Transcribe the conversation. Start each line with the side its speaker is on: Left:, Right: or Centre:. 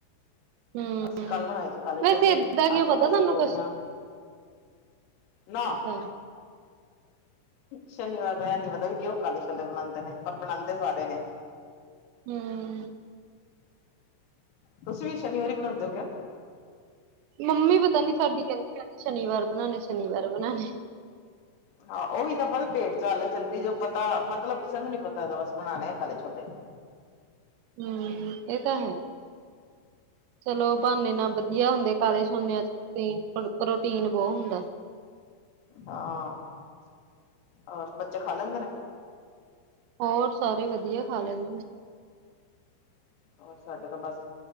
Right: ਹੂੰ
Left: ਅਸੀਂ ਕੱਲ੍ਹ ਬਣਾਏ ਸੀ ਕੱਲ ਛੋਲੇ
Right: ਵੈਸੇ ਏਦਾਂ ਕਿਉਂ
Left: ਅੱਜ
Right: ਪਤਾ
Left: ਬਣਾਏ
Right: ਤੁਹਾਨੂੰ
Left: ਤੋਰੀਆਂ।
Right: ਕੁਛ
Left: ਨਾ।
Right: ਅੱਛਾ
Left: ਸ਼ਨੀਵਾਰ ਦਾ ਇਹ ਨੀ ਪਤਾ ਵੀ ਕਿਉ ਉਹ ਕਾਲੇ ਛੋਲੇ ਬਣਾਉਂਦੇ ਨੇ ਪਰ ਬਣਾਉਂਦੇ ਸਾਰੇ ਨੇ।
Right: ਹੂੰ
Left: ਤੁਸੀਂ ਵੀ ਸ਼ਨੀਵਾਰ ਬਣਾਉਂਦੇ ਹੋ ਕਿਆ?
Right: ਮੰਮੀ ਪਤਾ ਨੀ ਸਾਡੀ ਕਹਿੰਦੀ ਰਹਿੰਦੀ ਹੈ ਸ਼ਨੀਵਾਰ ਬਣਾਉਣੇ ਹੈ ਸ਼ਨੀਵਾਰ ਬਣਾਉਣੇ ਹੈ।
Left: ਹਾਂ ਉਹੀ ਤਾਂ ਪਤਾ ਭੇੜ ਚਾਲ ਹੈ ਚਲੀ ਜਾੳ। ਪਤਾ ਮਤਲਬ ਕਿਸੇ ਨੂੰ ਨੀ ਪਤਾ ਇਹ ਦਾ ਬਸ ਬਣਾਉਣੇ ਆ ਕਾਲੇ ਛੋਲੇ।
Right: ਹਮ ਇਹ ਤਾਂ ਹੈ ਚਲੋ ਬਹਾਾਨੇ ਨਾਲ ਵਧੀਆ ਹੁੰਦੇ ਕਾਹੇ ਸੁਣਨਿਆਂ ਚ ਪ੍ਰੋਟੀਨ ਬਹੁਤ ਹੁੰਦਾ
Left: ਹਾਂ ਹੋਰ ਬੱਚੇ ਖਾ ਲੈਂਦੇ ਨੇ
Right: ਹੋਰ ਸਾਰੇ ਵਧੀਆ ਖਾ ਲੈਂਣਦੇ
Left: ਹੋਰ ਸਾਡੇ ਤਾਂ ਬਸ